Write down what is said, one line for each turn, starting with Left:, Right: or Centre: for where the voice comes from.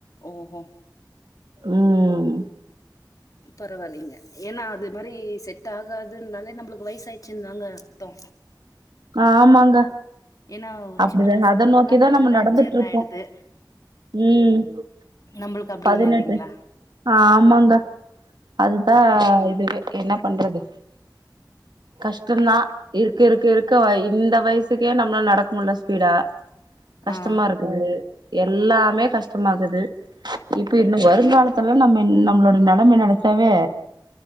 Left: ஓ ஹோ
Right: ம்
Left: பரவாயில்லைங்க ஏன்னா அது மாரி செட் டாகாதுனாலே நம்மளுக்கு வயசாச்சுந்தாங்க அர்த்தோ
Right: ஆமாங்க
Left: ஏன்னா
Right: அப்படிதா
Left: சின்ன பசங்களுக்கெல்லா
Right: அத நோக்கிதா
Left: கடகடன்
Right: நம்ம நடந்துட்டு
Left: ஜீர்ணம்
Right: இருக்கோ
Left: ஆயிடுது
Right: ம்
Left: நம்பளுக்கு அப்டி
Right: பதினெட்டு
Left: இல்ல இல்லிங்களா
Right: ஆமாங்க அதுதா இதுவே என்ன பண்றது கஷ்டம் தா இருக்க இருக்க இருக் க இந்த வயசுக்கே நம்மள நடக்க முடில ஸ்பீடா கஷ்டமா
Left: ஆ ஆ
Right: இருக்குது எல்லாமே கஷ்டமாக்குது இப்ப இன்னு வருங்காலத்த எல்லா நம்ம நம்மளோடைய நெலம நினைச்சாவே